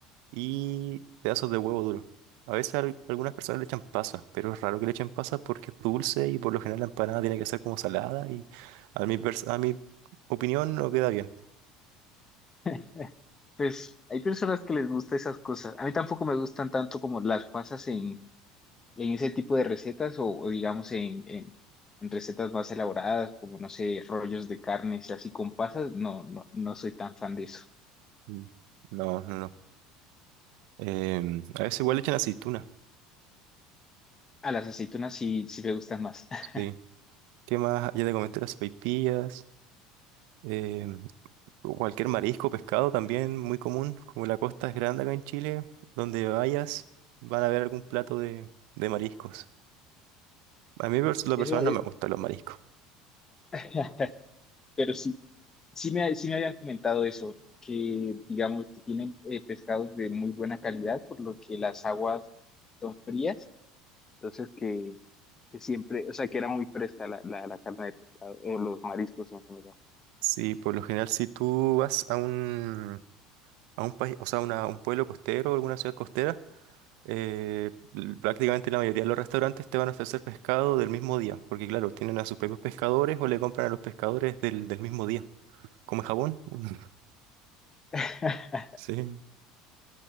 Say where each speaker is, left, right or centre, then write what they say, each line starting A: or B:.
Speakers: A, on the right (about 70°); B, on the left (about 25°).
A: y pedazos de huevo duro. A veces al- algunas personas le echan pasas, pero es raro que le echen pasas porque es dulce y por lo general la empanada tiene que ser como salada y a mi, pers- a mi opinión no queda bien.
B: <laughs> Pues hay personas que les gusta esas cosas. A mí tampoco me gustan tanto como las pasas en, en ese tipo de recetas o, o digamos en, en, en recetas más elaboradas, como no sé, rollos de carnes y así con pasas. No, no, no soy tan fan de eso.
A: Mm. No, no, no. Em, a veces igual le echan aceituna.
B: a las aceitunas sí, sí me gustan más. <laughs>
A: Sí. ¿Qué más? Ya te comenté las sopaipillas, eh, cualquier marisco, pescado también, muy común. Como la costa es grande acá en Chile, donde vayas van a ver algún plato de, de mariscos. A mí pers- lo
B: Eso,
A: personal
B: eh,
A: no me gustan los mariscos.
B: <laughs> pero sí, sí me, sí me habían comentado eso, que digamos que tienen eh, pescados de muy buena calidad, por lo que las aguas son frías. Entonces que, que siempre, o sea, que era muy fresca la, la, la carne de pescado o los mariscos en general.
A: Sí, por lo general si tú vas a un, a un país, o sea, una- un pueblo costero o alguna ciudad costera, eh, l- prácticamente la mayoría de los restaurantes te van a ofrecer pescado del mismo día, porque claro, tienen a sus propios pescadores o le compran a los pescadores del, del mismo día. Como en Japón. <laughs>
B: <laughs>
A: Sí.